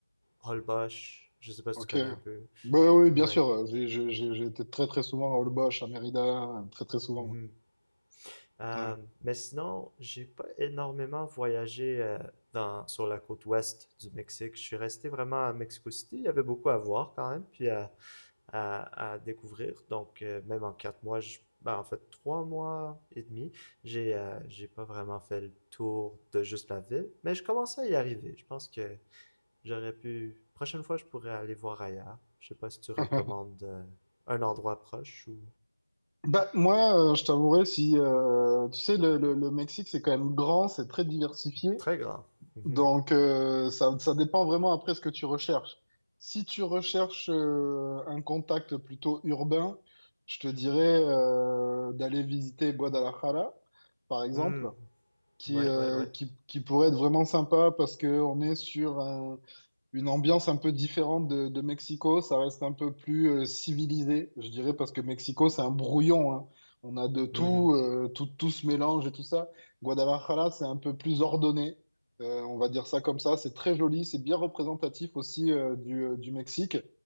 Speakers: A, on the left; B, on the right.
A: Holbox, je sais pas si
B: Ok.
A: tu connais un peu.
B: Bah, oui, bien
A: Ouais.
B: sûr. J'ai j'ai- j'ai- j'ai été très très souvent à Olbosch, à Mérida, très très souvent.
A: Mhm.
B: ouais.
A: Euh,
B: Hein.
A: mais sinon, j'ai pas énormément voyagé euh, dans, sur la côte ouest du Mexique. Je suis resté vraiment à Mexico City. Il y avait beaucoup à voir quand même, puis à, à, à découvrir. Donc, euh, même en quatre mois, je- ben, en fait, trois mois et demi, j'ai euh, j'ai pas vraiment fait le tour de juste la ville. Mais je commençais à y arriver. Je pense que j'aurais pu. Prochaine fois, je pourrais aller voir ailleurs. Je sais pas si tu recommandes
B: <laughs>
A: euh, un endroit proche ou
B: Bah, moi, euh, je t'avouerais, si euh, tu sais, le, le- le Mexique, c'est quand même grand, c'est très diversifié.
A: très grand. Mhm.
B: Donc, euh, ça, ça dépend vraiment après ce que tu recherches. Si tu recherches euh, un contact plutôt urbain, je te dirais euh, d'aller visiter Guadalajara, par exemple,
A: Mm.
B: qui,
A: Ouais,
B: euh,
A: ouais, ouais.
B: qui, qui pourrait être vraiment sympa parce qu'on est sur un, une ambiance un peu différente de, de Mexico. Ça reste un peu plus euh, civilisé, je dirais, parce que Mexico, c'est un brouillon. hein. On a de tout,
A: Mhm.
B: euh, tout, tout se mélange et tout ça. Guadalajara, c'est un peu plus ordonné. Euh, on va dire ça comme ça. C'est très joli, c'est bien représentatif aussi euh, du, euh, du Mexique.